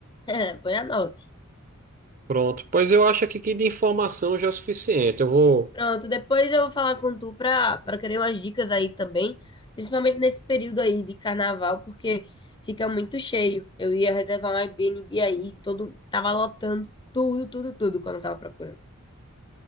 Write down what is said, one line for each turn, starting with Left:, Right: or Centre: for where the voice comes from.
Left: <laughs> Põe a nota.
Right: Pronto. Pois eu acho aqui que de informação já é o suficiente. Eu vou.
Left: Pronto, depois eu vou falar com tu pra, pra querer umas dicas aí também, principalmente nesse período aí de carnaval, porque fica muito cheio. Eu ia reservar um Airbnb aí, todo, tava lotando tudo, tudo, tudo quando eu tava procurando.